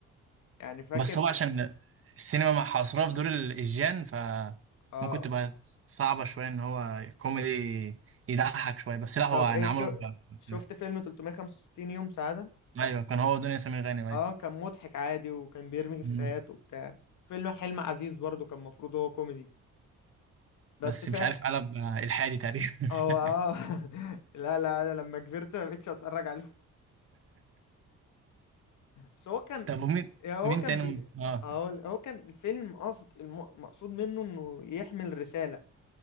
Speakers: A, on the left; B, on the right.
A: يعني فاكر
B: بس هو
A: في...
B: عشان السينما مع حصرها في دور الإيجيان فممكن
A: اه
B: تبقى صعبة شوية إن هو كوميدي يضحك شوية بس لا هو
A: طب ايه
B: يعني عمله
A: شو...
B: ب...
A: شفت
B: ب-
A: فيلم 365 يوم سعادة؟
B: أيوه كان هو دنيا سمير غانم أيوه
A: اه كان مضحك عادي وكان بيرمي إفيهات
B: مم.
A: وبتاع فيلم حلم عزيز برضه كان المفروض هو كوميدي بس
B: بس
A: فا
B: مش عارف قلب آه، إلحادي تقريبا <laughs>
A: هو اه <laughs> لا لا انا لما كبرت ما بقتش اتفرج عليه بس هو كان
B: طب ومين
A: هو
B: مين
A: كان
B: تاني
A: بي
B: اه
A: هقول هو كان الفيلم قصد الم... مقصود منه انه يحمل رسالة